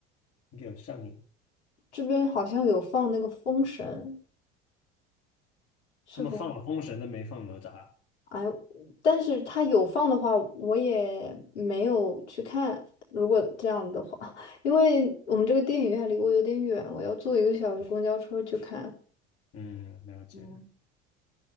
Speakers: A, on the left; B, on the left.
A: 应该有上映。
B: 这边好像有放那个《封神》，是否？
A: 他们放了封神，但没放哪吒。
B: 哎，但是他有放的话，我也没有去看。如果这样的话，<laughs> 因为我们这个电影院离我有点远，我要坐一个小时公交车去看。
A: 嗯，了解。
B: 嗯，